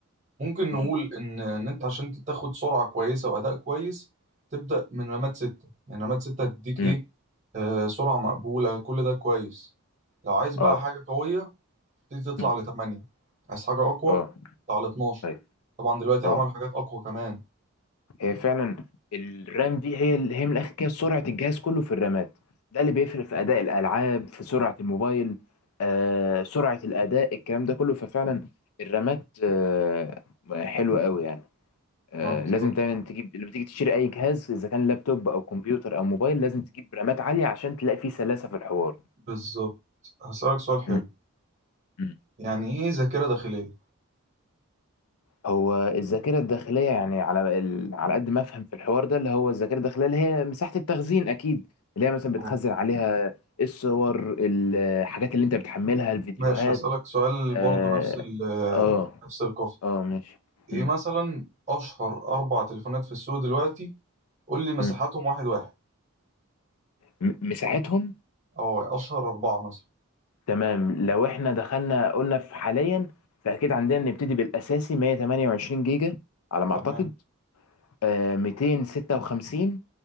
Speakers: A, on the right (about 35°); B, on the left (about 80°).
A: ممكن نقول
B: امم
A: ان ان انت عشان تاخد سرعة كويسة وأداء كويس تبدأ من رامات 6 يعني رامات 6 تديك
B: امم
A: ايه آه سرعة مقبولة كل ده كويس لو عايز بقى
B: اه
A: حاجة قوية تبتدي تطلع
B: امم
A: ل 8 عايز حاجة أقوى
B: اه
A: تطلع ل 12
B: طيب
A: طبعا دلوقتي
B: اه
A: عملوا حاجات أقوى كمان
B: هي فعلا الرام دي هي هي من الاخر كده سرعه الجهاز كله في الرامات ده اللي بيفرق في اداء الالعاب في سرعه الموبايل آه سرعه الاداء الكلام ده كله ففعلا الرامات آه حلوه قوي يعني آه
A: اه بالظبط
B: لازم دايما تجيب لما تيجي تشتري اي جهاز اذا كان لابتوب او كمبيوتر او موبايل لازم تجيب رامات عاليه عشان تلاقي فيه سلاسه في الحوار
A: بالظبط هسألك سؤال حلو
B: م- م.
A: يعني إيه ذاكرة داخلية؟
B: هو الذاكرة الداخلية يعني على ال... على قد ما أفهم في الحوار ده اللي هو الذاكرة الداخلية اللي هي مساحة التخزين أكيد اللي هي مثلا بتخزن
A: أه
B: عليها الصور الحاجات اللي أنت بتحملها الفيديوهات
A: ماشي هسألك سؤال
B: آه
A: برضو نفس ال آه،
B: آه,
A: نفس القافية
B: آه ماشي
A: إيه
B: مم.
A: مثلا أشهر أربع تليفونات في السوق دلوقتي قول لي مساحاتهم
B: مم.
A: واحد واحد
B: م- مساحتهم
A: أه أشهر أربعة مثلا
B: تمام لو إحنا دخلنا قلنا في حاليا فأكيد عندنا نبتدي بالأساسي 128 جيجا على ما
A: تمام
B: أعتقد آه 256